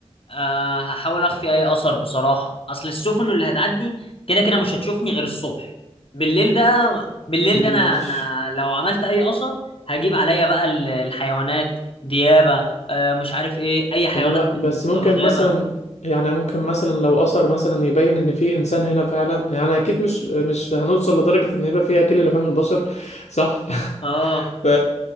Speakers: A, on the left; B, on the left.
A: أه هحاول اخفي اي اثر بصراحه اصل السفن اللي هتعدي كده كده مش هتشوفني غير الصبح بالليل ده بالليل ده انا
B: مش
A: انا لو عملت اي اثر هجيب عليا بقى ال- الحيوانات ديابه أه مش عارف ايه اي حيوانات
B: لا
A: من
B: بس
A: بتوع
B: ممكن
A: الغابه
B: مثلا يعني ممكن مثلا لو اثر مثلا يبين ان في انسان هنا فعلا يعني اكيد مش مش هنوصل لدرجة ان يبقى في اكل لحوم البشر صح <laughs>
A: اه
B: ف